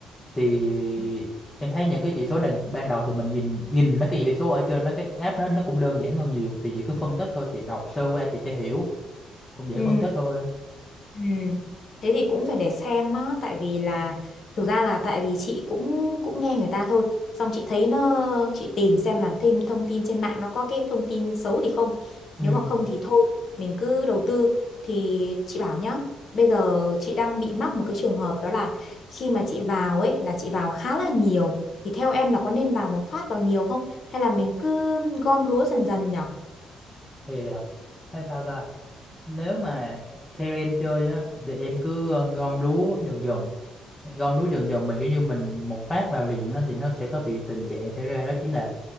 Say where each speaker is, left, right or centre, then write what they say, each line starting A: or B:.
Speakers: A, on the left (about 15°); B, on the left (about 55°).
A: thì
B: Ừ.
A: em thấy những cái chỉ số này ban đầu thì mình nhìn nhìn mấy cái chỉ số ở trên mấy cái app đó nó cũng đơn giản hơn nhiều thì chị cứ phân tích thôi chị đọc sơ qua chị sẽ hiểu cũng dễ
B: Ừ.
A: phân tích thôi
B: ừ. Thế thì cũng phải để xem á, tại vì là thực ra là tại vì chị cũng cũng nghe người ta thôi, xong chị thấy nó chị tìm xem là thêm thông tin trên mạng nó có cái thông tin xấu thì không.
A: ừ
B: Nếu mà không thì thôi, mình cứ đầu tư thì chị bảo nhá. Bây giờ chị đang bị mắc một cái trường hợp đó là khi mà chị vào ấy là chị vào khá là nhiều thì theo em là có nên vào một phát vào nhiều không hay là mình cứ gom lúa dần dần nhỉ?
A: thì ờ, hay sao ta nếu mà theo em chơi á thì em cứ ờ, gom lúa dần dần gom lúa dần dần mình kiểu như mình một phát vào liền á thì nó sẽ có bị tình trạng xảy ra đó chính là